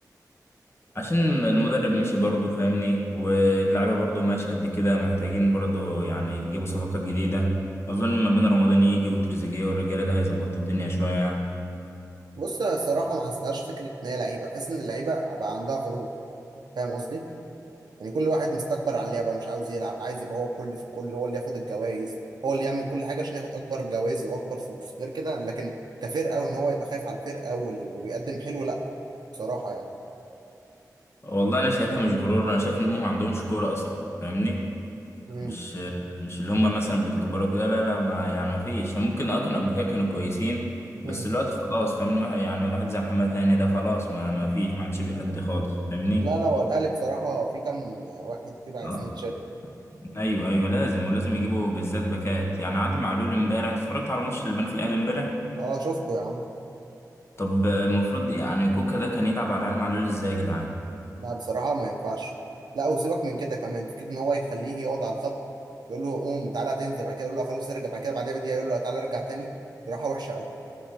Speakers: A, on the left; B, on the right.
A: عشان المدرب مشي برضه فاهمني واللعيبة برضه ماشي قد كده محتاجين برضه يعني يجيبوا صفقات جديدة أظن ما بين رمضان يجي وتريزيجيه والرجالة ده هيظبط الدنيا شوية يعني
B: بص أنا الصراحة ما حسيتهاش فكرة ان هي لعيبة بحس ان اللعيبة بقى عندها غرور فاهم قصدي؟ يعني كل واحد مستكبر على اللعبة مش عاوز يلعب عايز يبقى هو الكل في الكل هو اللي ياخد الجوائز هو اللي يعمل كل حاجة عشان ياخد أكبر جوائز وأكبر فلوس غير كده لكن كفرقة وإن هو يبقى خايف على الفرقة وال- ويقدم حلو لأ بصراحة يعني
A: والله انا شايفها مش غرور انا شايف ان هم ما عندهمش كوره اصلا فاهمني
B: مم.
A: مش مش اللي هم مثلا بيتكبروا كده لا لا ما يعني ما فيش يعني ممكن اه كانوا قبل كده كانوا كويسين بس
B: مم.
A: دلوقتي خلاص فاهمني واحد- يعني واحد زي محمد هاني ده خلاص ما ما فيش ما عادش بيأدي خالص فاهمني
B: لا لا هو الاهلي بصراحه في كام واحد كده عايزين
A: اه
B: يتشال
A: ايوه ايوه لازم ولازم يجيبوا بالذات باكات يعني علي معلول امبارح انت اتفرجت على ماتش البنك الاهلي امبارح
B: اه شفته يا عم
A: طب آه، المفروض يعني كوكا ده كان يلعب على علي معلول ازاي يا جدعان
B: لا بصراحه ما ينفعش لا وسيبك من كده كمان فكره ان هو يخليه يقعد على الخط يقول له قوم تعالى تنزل بعد كده يقول له خلاص ارجع بعد كده بعدها بدقيقه يقول له تعالى ارجع تاني بصراحه وحشه قوي